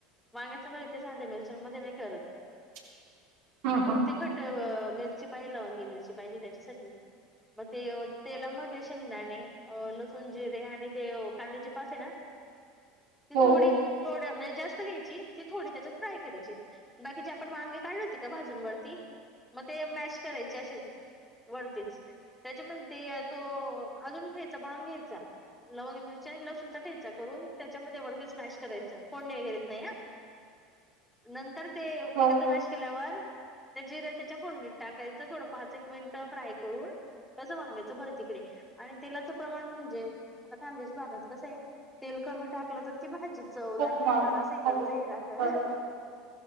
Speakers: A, in the centre; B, on the right.
A: वांग्याचं भरीत ते साध्या मिरच्यांमध्ये नाही करत.
B: <inaudible>
A: मग ती खूप
B: हा
A: तीखट मिरची पाहिल लवंगी मिरची पाहिजे त्याच्यासाठी. मग ते अ तेलामध्ये शेंगदाणे, लसूण, जिरे आणि ते कांद्याचे पात असते ना, ती
B: हो
A: थोडी थोडं म्हणजे जास्त घ्यायची. ती थोडी त्याच्यात फ्राय करायची, बाकीचे जे आपण वांगे काढले होते का भाजून वरती. म ते मॅश करायचे असे, वरतीच. त्याच्यामध्ये ते अ तो अजून ठेचा बनवून घ्यायचा. लवंगी मिरची आणि लसूणचा ठेचा करून त्याच्यामध्ये वरतीचं स्मॅश करायचं फोडणी वगैरे येत नाही हा. नंतर ते
B: हो
A: एकत्र मॅश केल्यावर ते जिरे त्याच्या फोडणीत टाकायचं थोडं पाच एक मिनिटं फ्राय करून कसं वांग्याचं भरीत इकडे आणि तेलाचं प्रमाण म्हणजे आता खान्देशी भागात कसं आहे? तेल कमी टाकलं तर ती भाजीच चवदार
B: खूप
A: नाही
B: नॉर्मल
A: होणार अस इकडचे
B: हो
A: हे राहत हं...
B: बरोबर
A: हं.